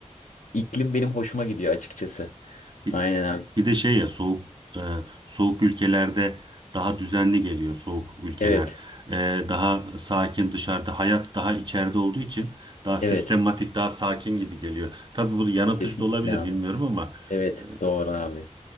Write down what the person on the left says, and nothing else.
iklim benim hoşuma gidiyor açıkçası.
Aynen abi.
Evet.
Evet.
Kesinlikle
abi.
Evet.
Doğru abi.